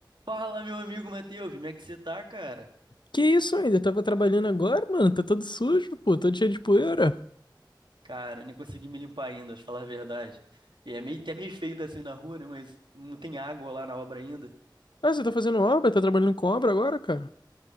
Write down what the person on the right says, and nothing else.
Fala, meu amigo Matheus, como é que você tá, cara?
Cara, eu nem consegui me limpar ainda, pra falar a verdade. E é meio, até meio feio tá assim na rua, né? Mas não tem água lá na obra ainda.